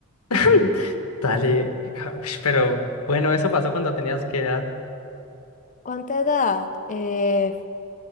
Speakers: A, on the left; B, on the left.
A: <laughs> Dale, ca- ush, pero bueno, eso pasó cuando tenías qué edad.
B: ¿Cuánta edad? Eh,